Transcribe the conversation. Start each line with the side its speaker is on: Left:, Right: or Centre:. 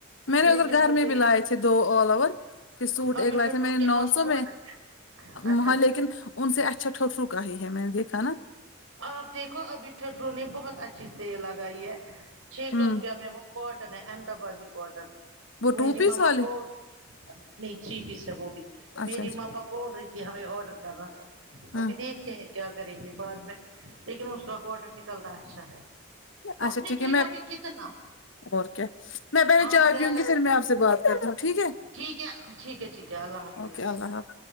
Left: میں نے ادھر
Right: لیکن
Left: گھر
Right: مجھے
Left: میں بھی لائے تھے دو الاور کہ سوٹ
Right: ابھی
Left: ایک لائے
Right: ٹھٹر
Left: تھے میں نے
Right: کے
Left: نو
Right: پاس
Left: سو
Right: بہت اچھا اچھا
Left: مہاں لیکن ان سے اچھا ٹھوٹھرو کا ہے میں نے دیکھا نا
Right: آپ دیکھو ابھی ٹھٹرو نے بہت اچھی سیسل لگائی ہے چھ
Left: ہوں
Right: سو روپیہ میں وہ کاٹن ہے احمدآبادی کاٹن
Left: وہ
Right: میری
Left: ٹو پیس
Right: ماما
Left: والے
Right: وہ نہیں ٹری پیس ہے وہ بھی
Left: اچھا
Right: میری
Left: اچھا
Right: ماما بول رہی تھی ہمیں آرڈر کرنا تھا ابھی
Left: ہوں
Right: دیکھتے ہیں کیا کریں گے بعد میں لیکن اس کا کوٹن نکلتا اچھا ہے اور
Left: اچھا
Right: نکلے
Left: ٹھیک ہے میں
Right: گا بھی کتنا
Left: اور کیا میں پہلے
Right: ہاں
Left: چائے
Right: گیارہ
Left: پیوں گی پھر میں آپ سے بات کروں ٹھیک ہے
Right: ٹھیک ہے ٹھیک ہے ٹھیک ہے اللہ حافظ
Left: اوکے اللہ حافظ